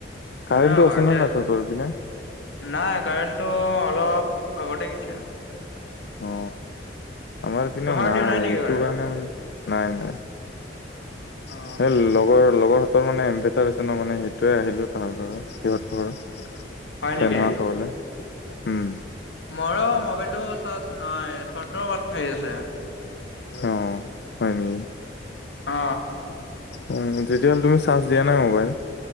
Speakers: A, on the left (about 60°); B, on the left (about 75°).
A: কাৰেণ্টটো
B: এনে ঘৰতে
A: আছে নে নাই
B: আছো
A: তহঁতৰ সেইপিনে?
B: নাই, কাৰেণ্টটো অলপ আগতেই গেইছা।
A: অ আমাৰ পিনেও
B: তোহাৰ
A: নাই,
B: দিও নেকি
A: সেইটো
B: কাৰেণ্ট
A: কাৰণে মানে নাই নাই। এ,
B: অ
A: লগৰ লগৰ তৰ মানে এমভেটাৰ আছে ন' মানে সেইটোৱে আহিলো তাহাৰ ঘৰত, সিহতৰ ঘৰত।
B: হয়
A: ফেন
B: নেকি
A: হাৱা খাবলে। উম!
B: মৰ মোবাইলটো চাৰ্জ নাই, চতৰ পাৰ্চেন আছে।
A: অ' হয় নেকি?
B: অ
A: উম! তেতিয়াহ'লে তুমি চাৰ্জ দিয়া নাই মোবাইল?